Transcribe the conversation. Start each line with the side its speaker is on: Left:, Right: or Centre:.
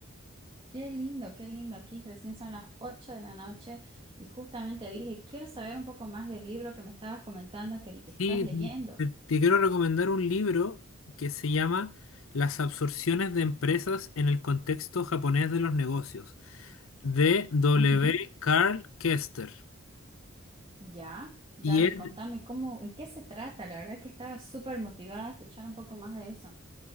Right: Qué lindo, qué lindo. Aquí recién son las 8 de la noche y justamente dije, quiero saber un poco más del libro que me estabas comentando que te estás
Left: Sí,
Right: leyendo.
Left: te, te quiero recomendar un libro que se llama Las absorciones de empresas en el contexto japonés de los negocios, de W.
Right: Ujú.
Left: Carl Kester.
Right: Ya, dale,
Left: Y él,
Right: contame cómo, en qué se trata. La verdad que estaba súper motivada a escuchar un poco más de eso.